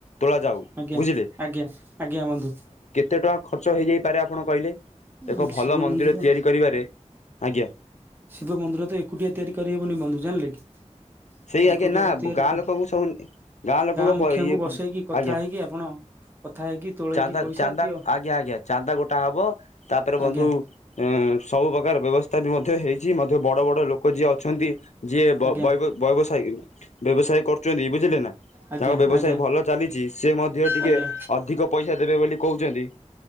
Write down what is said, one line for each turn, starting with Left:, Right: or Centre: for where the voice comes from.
Left: ତୋଳା ଯଉ।
Right: ଆଜ୍ଞା
Left: ବୁଝେଲେ।
Right: ଆଜ୍ଞା ଆଜ୍ଞା ବନ୍ଧୁ।
Left: କେତେ ଟଙ୍କା ଖର୍ଚ ହେଇଯାଇପାରେ ଆପଣ କହିଲେ? ଏକ
Right: ଉଁ
Left: ଭଲ
Right: ଶିବ ମନ୍ଦିର
Left: ତିଆରି କରିବାରେ ଆଜ୍ଞା
Right: ଶିବ ମନ୍ଦିର ତ ଏକୁଟିଆ ତିଆରି କରିହେବୁନି ବନ୍ଧୁ ଜାଣିଲେ କି?
Left: ସେଇ
Right: ଏକୁଟିଆ
Left: ଆଜ୍ଞା ନା
Right: ତ ତିଆରି
Left: ଗାଁ
Right: କ
Left: ଲୋକଙ୍କୁ ସବୁ ଗାଁ ଲୋକଙ୍କ
Right: ମୁଖିଆଙ୍କୁ
Left: ଇଏ
Right: ବସେଇକି କଥା
Left: ଆଜ୍ଞା।
Right: ହେଇକି ଆପଣ କଥା ହେଇକି ତୋଳେଇକି
Left: ଚାନ୍ଦା
Right: ପଇସା
Left: ଚାନ୍ଦା
Right: କିଅ
Left: ଆଜ୍ଞା ଆଜ୍ଞା ଚାନ୍ଦା ଗୋଟା ହବ। ତାପରେ ବନ୍ଧୁ
Right: ଆଜ୍ଞା
Left: ଏ ସବୁ ପ୍ରକାର ବ୍ୟବସ୍ଥା ବି ମଧ୍ୟ ହେଇଛି, ମଧ୍ୟ ବଡ ବଡ ଲୋକ ଯିଏ। ଅ ଛନ୍ତି ଯିଏ
Right: ଆଜ୍ଞା
Left: ବୈ ବ୍ୟବସାୟ ବ୍ୟବସାୟ କରୁଛନ୍ତି ବୁଝିଲେ ନା
Right: ଆଜ୍ଞା
Left: ତାଙ୍କ ବ୍ୟବସାୟ
Right: ଆଜ୍ଞା
Left: ଭଲ ଚାଲିଛି ସେ ମଧ୍ୟ ଟିକେ।
Right: ଆଜ୍ଞା
Left: ଅଧିକ ପଇସା ଦେବେ ବୋଲି କହୁଛନ୍ତି।